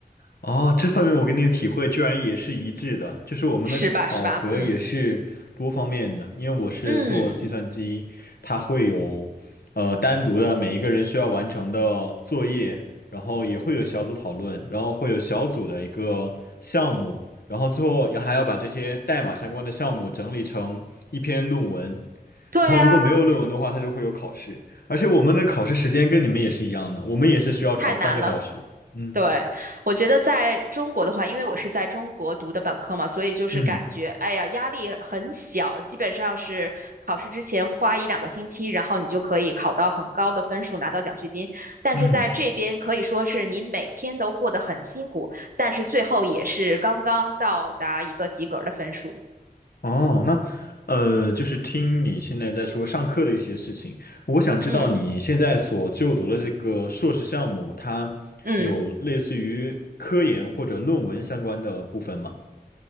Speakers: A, on the left; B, on the right.
A: 哦，这方面我跟你的体会居然也是一致的，就是我们的考核也是多方面的，
B: 是吧？是吧？嗯
A: 因为我是做计算机，
B: 嗯，
A: 它会有呃单独的每一个人需要完成的作业，然后也会有小组讨论，然后会有小组的一个项目，然后最后也还要把这些代码相关的项目整理成一篇论文，
B: 对啊，
A: 然后如果没有论文的话，它就会有考试，而且我们的考试时间跟你们也是一样的，我们也是需要考三个小时。
B: 太难了。
A: 嗯
B: 对，我觉得在中国的话，因为我是在中国读的本科嘛，所以就是感觉，
A: 嗯。
B: 哎呀，压力很小，基本上是考试之前花一两个星期，然后你就可以考到很高的分数，拿到奖学金。但是在这边可以说是你每天都过得很辛苦，
A: 嗯，
B: 但是最后也是刚刚到达一个及格的分数。
A: 哦，那呃，就是听你现在在说上课的一些事情，我想知道你现在所就读的这个硕士项目，
B: 嗯
A: 它有类似于科研或者论文相关的部分吗？
B: 嗯。